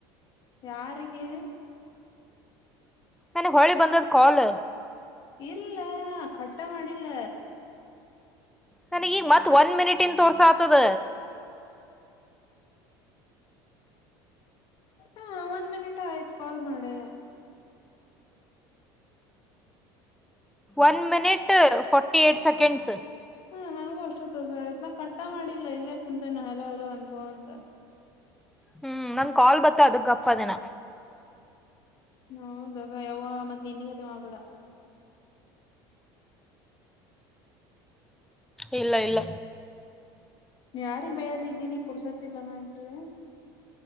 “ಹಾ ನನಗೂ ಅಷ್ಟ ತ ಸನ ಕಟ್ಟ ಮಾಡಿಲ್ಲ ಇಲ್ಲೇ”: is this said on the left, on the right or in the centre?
Left